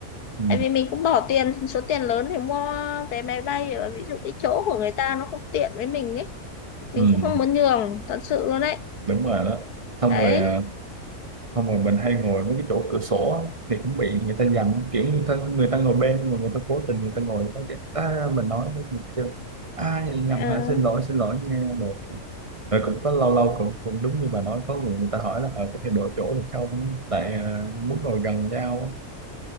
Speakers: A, on the right; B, on the left.
A: ừ,
B: Tại vì mình cũng bỏ tiền số tiền lớn để mua vé máy bay ở ví dụ cái chỗ của người ta nó không tiện với mình ấy, mình
A: ừ,
B: cũng không muốn nhường thật sự luôn đấy
A: đúng rồi đó xong
B: đấy
A: rồi à, xong rồi mình hay ngồi với cái chỗ cửa sổ á, thì cũng bị người ta dằn kiểu người ta người ta ngồi bên nhưng mà người ta cố tình người ta ngồi đó chứ à, mình nói với người ta kêu à vậy nhầm
B: ờ,
A: hả xin lỗi xin lỗi nghe đồ rồi cũng có lâu lâu cũng cũng đúng như bà nói có người người ta hỏi là ở có thể đổi chỗ được không tại à, muốn ngồi gần nhau á.